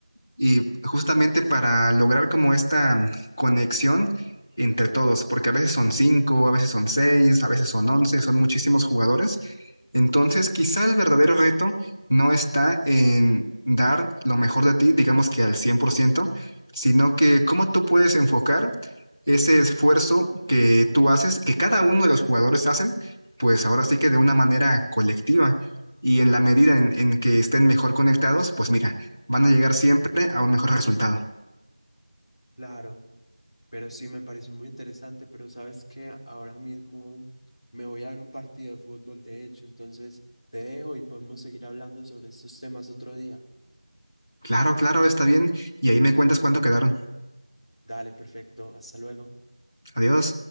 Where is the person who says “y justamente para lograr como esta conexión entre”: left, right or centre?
Left